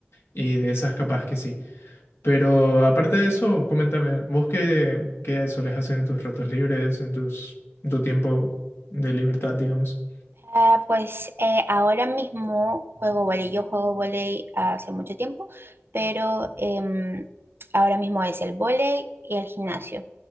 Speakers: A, on the left; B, on the right.
A: y de esas capaz que sí. Pero aparte de eso, coméntame, ¿vos qué, qué solés hacer en tus ratos libres, en tus, en tu tiempo de libertad, digamos?
B: Ah, pues eh, ahora mismo juego volei. Yo juego volei hace mucho tiempo, pero em, ahora mismo es el volei y el gimnasio.